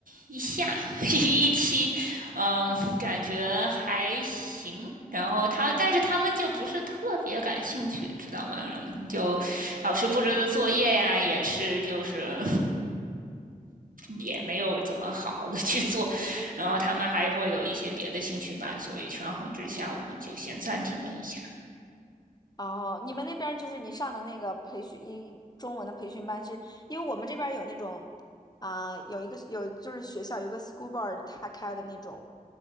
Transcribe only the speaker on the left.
哦，你们那边儿就是你上的那个培训英中文的培训班是，因为我们这边儿有那种啊、有一个有就是学校有个 school board 他开的那种，